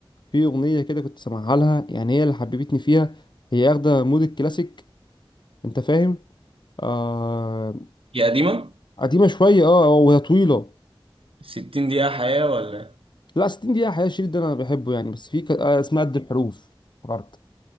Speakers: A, on the left; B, on the right.
A: في أغنية كده كنت سامعها لها يعني هي اللي حببتني فيها هي اخدة مود الكلاسيك انت فاهم آه
B: هي قديمه
A: قديمة شوية اه وهي طويلة
B: 60 دقيقه حياه ولا
A: لا 60 دقيقة حقيقة الشريط ده أنا بحبه يعني بس في ك... آه، اسمها قد الحروف افتكرت